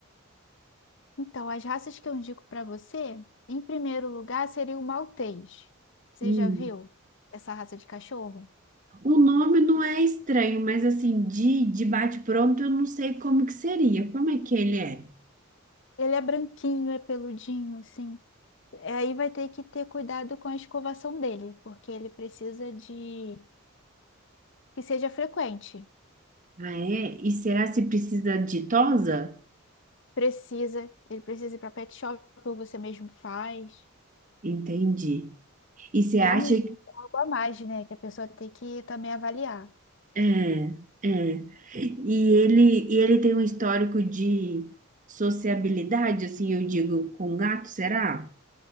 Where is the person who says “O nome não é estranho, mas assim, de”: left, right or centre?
Right